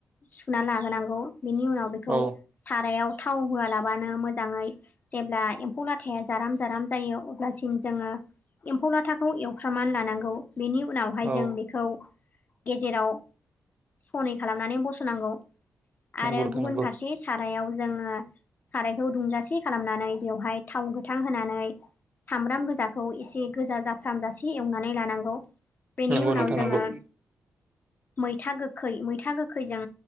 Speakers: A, on the left (about 40°); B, on the right (about 30°).
A: सुना लाहोनांगौ बेनि उनाव बेखौ
B: औ
A: सारायाव थाव होआलाबानो मोजाङै जेब्ला एम्फौ लाथाया जाराम जाराम जायो अब्लासिम जोंङो एम्फौ लाथाखौ एवफ्रामनानै लानांगौ। बेनि उनावहाय
B: औ
A: जों बेखौ गेजेराव सनै खालामनानै बसनांगौ
B: नंगौ
A: आरो
B: नोंथां
A: गुबुन
B: नंगौ
A: फारसे सारायाव जोंङो सारायखौ दुंजासे खालामनानै बेवहाय थाव गोथां होनानै सामब्राम गोजाखौ एसे गोजा जाफ्राम जासे एवनानै लानांगौ। बेनि
B: नंगौ
A: उनाव
B: नोंथां
A: जोंङो
B: नंगौ
A: मैथा गोखै मैथा गोखैजों